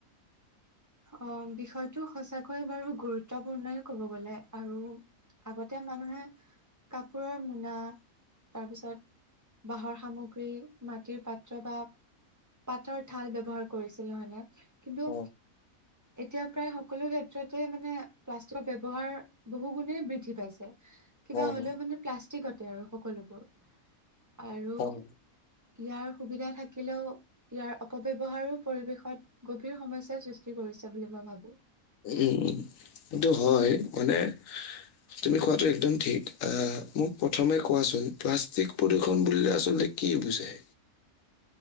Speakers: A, on the right; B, on the left.
A: অ বিষয়টো সঁচাকৈয়ে বাৰু গুৰুত্বপূৰ্ণই ক'ব গলে, আৰু আগতে মানুহে কাপোৰৰ মোনা, তাৰপিছত বাঁহৰ সামগ্ৰী মাটিৰ পাত্ৰ বা পাতৰ থাল ব্যৱহাৰ কৰিছিল নহয়নে। কিন্তু
B: অ',
A: এতিয়া প্ৰায় সকলো ক্ষেত্ৰতে মানে, প্লাষ্টিকৰ ব্যৱহাৰ বহু গুণে বৃদ্ধি পাইছে। কিবা
B: অ',
A: হ'লেও মানে প্লাষ্টিকতে আৰু সকলোবোৰ। আৰু
B: অ'।
A: ইয়াৰ সুবিধা থাকিলেও ইয়াৰ অপব্যৱহাৰো পৰিৱেশত গভীৰ সমস্যাৰ সৃষ্টি, কৰিছে বুলি মই ভাবোঁ।
B: উম' সেইটো হয় মানে, তুমি কোৱাটো একদম ঠিক, আহ মোক প্ৰথমে কোৱাচোন প্লাষ্টিক প্ৰদূৰ্ষণ বুলিলে আচলতে, কি বুজায়।